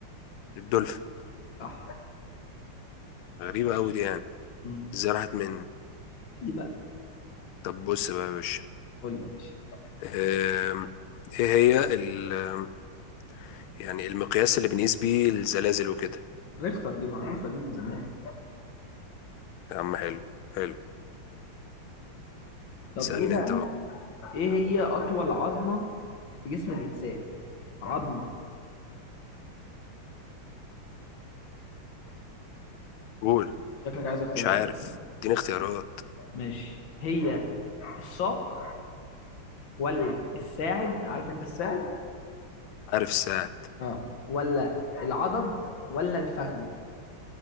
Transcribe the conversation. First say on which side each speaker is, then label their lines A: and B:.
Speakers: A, on the left (about 80°); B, on the left (about 65°).
A: الدولفين
B: صح
A: غريبة أوي دي يعني
B: مم.
A: ازاي راحت مني
B: دي بقى
A: طب بص بقى يا باشا
B: قول لي يا باشا
A: آم، ايه هي ال آم، يعني المقياس اللي بنقيس بيه الزلازل وكده
B: ريختر دي معروفه دي من زمان
A: يا عم حلو حلو
B: طب
A: سألني
B: ايه بقى
A: انت بقى
B: ايه هي اطول عظمه في جسم الانسان عظمه
A: قول
B: شكلك عايز اختيارات
A: مش عارف اديني اختيارات
B: ماشي هي الساق ولا الساعد عارف انت الساعد
A: عارف الساعة
B: اه ولا العضد ولا الفخذ